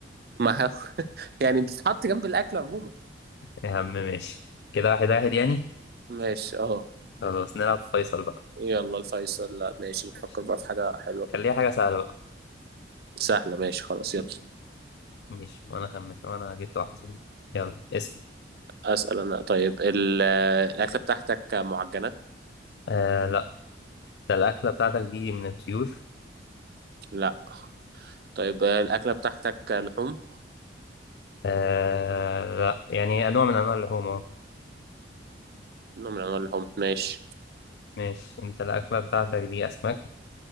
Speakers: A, on the right (about 55°); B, on the left (about 65°).
A: ما هو <laughs> يعني بتتحط جنب الاكل عموما
B: يا عم ماشي كده واحد واحد يعني
A: ماشي اه
B: خلاص نلعب فيصل بقى
A: يلا الفيصل لا ماشي نفكر
B: ماشي.
A: بقى في حاجه حلوه كده
B: خليها حاجة سهلة بقى
A: سهله ماشي خلاص يلا
B: ماشي وأنا خمن وأنا جبت واحدة يلا اسم
A: اسال انا طيب ال- الاكله بتاعتك معجنات
B: آه لا ده الأكلة بتاعتك دي من الطيور
A: لا طيب الاكله بتاعتك لحوم
B: آه لا يعني نوع من أنواع اللحوم أهو.
A: نوع من انواع اللحوم ماشي
B: ماشي أنت الأكلة بتاعتك دي أسماك